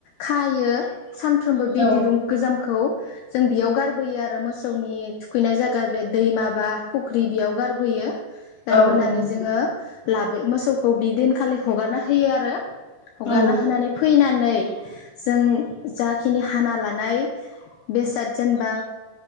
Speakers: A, on the left (about 80°); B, on the left (about 15°).
A: खायो सानफ्रोमबो बे
B: औ
A: दिरुं गोजाम खौ जों बेयाव गारबोयो आरो मोसौनि थुखैनाय जायगा बे दैमाबा फुख्रि बेयाव गारबोयो। गारबोनानै
B: औ औ नंगौ
A: जोङो लाबो मोसौखौ बिदिनखालि हगारना होयो आरो हगारना
B: औ
A: होनानै फैना नै जों जाखिनि हाना लानाय बेसाद जेनेबा